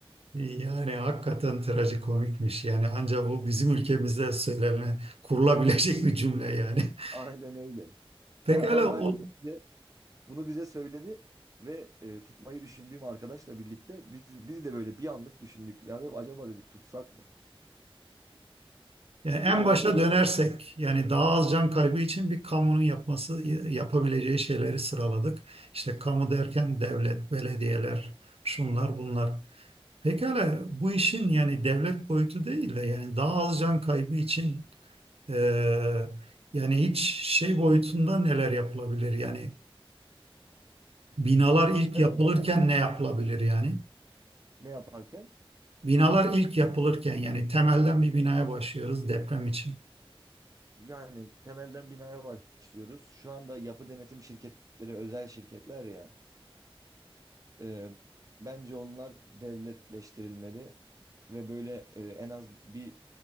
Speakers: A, on the right; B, on the right.
A: Yani hakikaten trajikomikmiş. Yani ancak bu bizim ülkemizde söylenen kurulabilecek bir cümle yani. <laughs>
B: Aynen öyle.
A: Pekala
B: Yani adam bayağı
A: o,
B: bunu bize, bunu bize söyledi ve e, tutmayı düşündüğüm arkadaşla birlikte biz biz de böyle bir anlık düşündük. Yani acaba dedik tutsak mı?
A: yani
B: Çünkü
A: en
B: döneme
A: başa
B: göre
A: dönersek yani daha az can kaybı için bir kamunun yapması yapabileceği şeyleri sıraladık. İşte kamu derken devlet, belediyeler, şunlar bunlar. Pekala bu işin yani devlet boyutu değil de yani daha az can kaybı için Ee, yani hiç şey boyutunda neler yapılabilir? Yani binalar
B: kişisel
A: ilk yapılırken
B: olarak
A: ne yapılabilir yani?
B: ne yaparken
A: Binalar ilk yapılırken yani temelden bir binaya başlıyoruz deprem için.
B: Yani temelden binaya başlıyoruz. Şu anda yapı denetim şirketleri özel şirketler ya. e, bence onlar devletleştirilmeli ve böyle e, en az bir